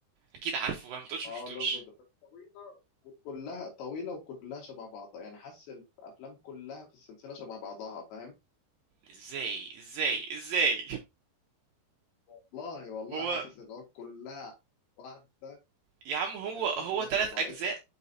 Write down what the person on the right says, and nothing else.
اكيد عارفه بقى ما تقولش
مش شفتوش
ازاي ازاي ازاي
هو
يا عم هو
هو
تلات
اجزاء